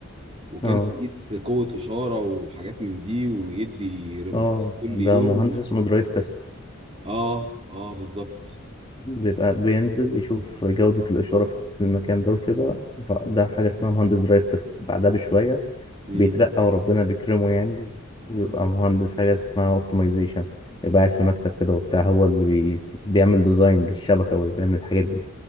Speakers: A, on the right (about 30°); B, on the left (about 25°).
A: وكان
B: اه
A: بيقيس قوة إشارة وحاجات من دي ويدي ريبورت
B: اه
A: كل
B: ده
A: يوم
B: مهندس اسمه درايف تيست
A: اه اه بالظبط
B: بيبقى بينزل يشوف جودة الإشارة في المكان ده وكده ف- ده حاجة اسمها مهندس درايف تيست بعدها بشوية
A: امم
B: بيترقى وربنا بيكرمه يعني بيبقى مهندس حاجة اسمها اوبتمايزيشن يبقى قاعد في مكتب كده وبتاع هو اللي بي... بيعمل ديزاين للشبكة واللي بيعمل الحاجات دي